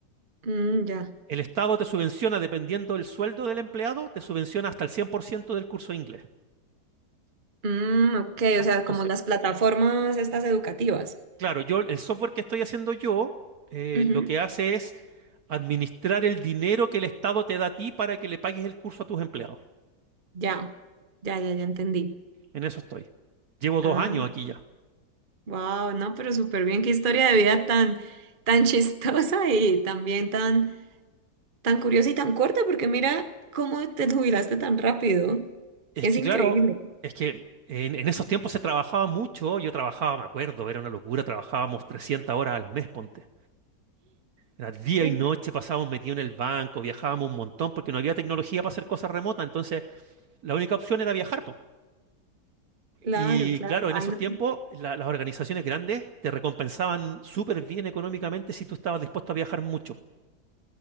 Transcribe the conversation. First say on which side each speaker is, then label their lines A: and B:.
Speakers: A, on the right (about 35°); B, on the right (about 65°).
A: Mm, ya.
B: El Estado te subvenciona, dependiendo del sueldo del empleado, te subvenciona hasta el 100% del curso de inglés.
A: Mm, ok,
B: Fija.
A: o sea,
B: Entonces,
A: como las plataformas estas educativas.
B: claro, yo, el software que estoy haciendo yo, eh,
A: Ujú,
B: lo que hace es administrar el dinero que el Estado te da a ti para que le pagues el curso a tus empleados.
A: Ya, ya, ya, ya entendí.
B: En eso estoy. Llevo
A: Ah,
B: dos años aquí ya.
A: wow, no, pero súper bien, qué historia de vida tan, tan <laughs> chistosa y también tan, tan curiosa y tan corta, porque mira cómo te jubilaste tan rápido.
B: Es
A: Es
B: que
A: increíble.
B: claro, es que en, en esos tiempos se trabajaba mucho, yo trabajaba, me acuerdo, era una locura, trabajábamos 300 horas al mes, ponte. Era día
A: Uf,
B: y noche, pasábamos metidos en el banco, viajábamos un montón porque no había tecnología para hacer cosas remotas, entonces la única opción era viajar, po.
A: claro,
B: Y
A: claro.
B: claro, en esos
A: Ay, no.
B: tiempos la- las organizaciones grandes te recompensaban súper bien económicamente si tú estabas dispuesto a viajar mucho.